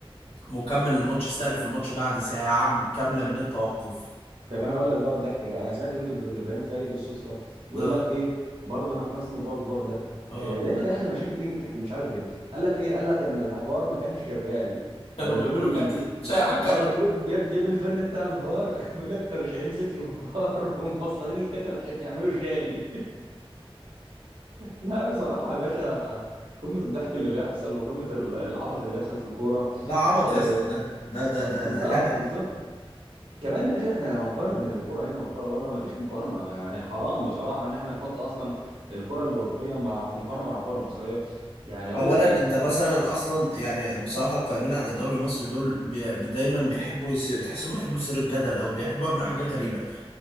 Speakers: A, on the left (about 75°); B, on the right (about 60°).
A: مكمل الماتش استأنف الماتش بعد ساعة كاملة من التوقف
B: طب انا اقول لك بقى الضحك بقى انا سمعت فيديو لابراهيم فايق بالصدفه بيقول
A: اه
B: لك ايه برضه انا في نفس موضوع الفار ده
A: اه
B: آه، دايما يا اخي المشاكل بتيجي من التحكيم مش عارف ليه قال لك ايه قال لك ان الفار ما كانش شغال
A: كانوا
B: فجابوا
A: بيعملوا
B: اللي
A: كاتل
B: بيجي
A: شاي عن كاتل
B: اه جابوا جاب جاب الفن بتاع الفار <laughs> بيقول لك كانوا شايلين سلك الفار <laughs> وموصلين الكتل عشان يعملوا شاي لا بصراحة يا باشا قمة الضحك اللي بيحصل وقمة ال- العبط اللي بيحصل في الكورة
A: ده عبط
B: آه،
A: يا اسطى ده ده ده
B: آه،
A: ده
B: بالظبط
A: ده هبل
B: بالظبط كمان يا باشا احنا لو هنقارن بين الكرة هنا والكرة بره مفيش مقارنة يعني حرام بصراحة ان احنا نحط اصلا الكرة الأوروبية مع في مقارنة مع الكرة المصرية يعني اقول
A: اولا
B: لك ليه
A: انت مثلا اصلا يعني بصراحه القائمين على الدوري المصري دول بي بي- دايما بيحبوا يس... تحسهم بيحبوا يثيروا الجدل او بيحبوا يعملوا حاجه غريبه